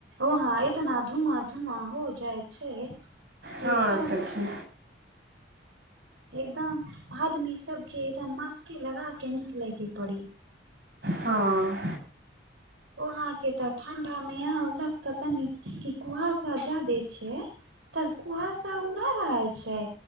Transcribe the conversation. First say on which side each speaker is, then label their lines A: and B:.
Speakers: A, on the right; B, on the right.
A: ओ हँ ए तऽ न धूआ धूआ हो जाइ छै
B: हँ
A: एकदम
B: सखी
A: एकदम आदमी सबके एकदम मास्के लगा के निक ले के पड़ी
B: हँ
A: वहांके त ठंडा मे यहाँ होलकते कनि कि कुहासा जायदे छै तऽ कुहा सब ओ नहि रहै छै